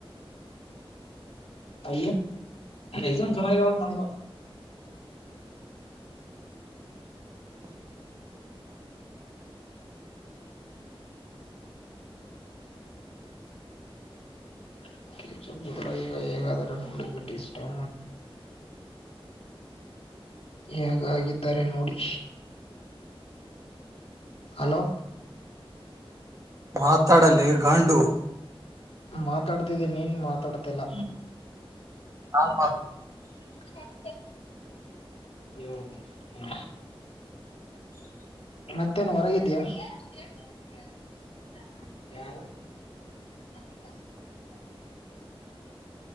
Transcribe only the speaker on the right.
ಮಾತಾಡಲೆ ಗಾಂಡು
ಹ್ಮ್ಮ್.